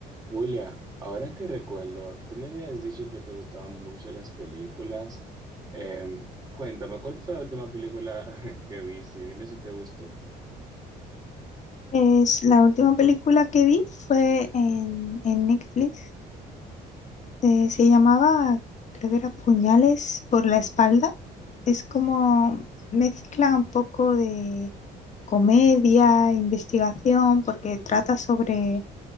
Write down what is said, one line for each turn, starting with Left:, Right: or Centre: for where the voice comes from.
Right: Julia, ahora que recuerdo, tú me habías dicho que te gustaban mucho las películas. Em, cuéntame, ¿cuál fue la última película <laughs> que viste? Dime si te gustó.
Left: Es, la última película que vi fue en, en Netflix. Eh, se llamaba, creo que era Puñales por la espalda. Es como mezcla un poco de comedia, investigación, porque trata sobre,